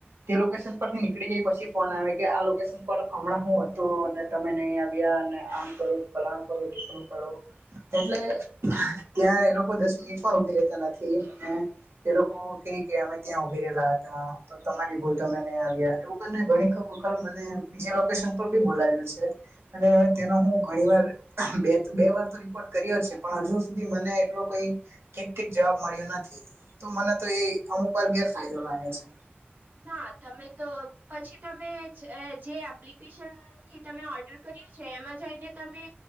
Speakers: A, on the right; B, on the right.
A: તે લોકેશન પરથી નીકળી ગઈ પછી ફોન આવે કે આ લોકેશન પર હમણાં હું હત તમે નહી આવ્યા અને આમ કરો પલણ કરો લીખણું કરો એટલે ત્યાં એ લોકો દસ મિનિટમાં ઉભી રતા નથી એ લોકો કે કે અમે ત્યાં ઉભી રહેલા હતા તમારી ભૂલ તમે નહી આવ્યા એવું બને ઘણી વખત મને બીજે લોકેશન પર બી બોલાવ્યું છે અને તેનો હું ઘણી વાર બે બે વાર તો રિપોર્ટ કર્યો છે પણ હજુ સુધી મને એટલું કઈ ઠીક ઠીક જવાબ નથી તો મને તો એ અમુક વાર ગેર ફાયદો લાગે છે
B: ના તમે તો પછી તમે જે એપ્લિકેશનથી તમે ઓર્ડર કર્યું છે એમાં જઈને તમે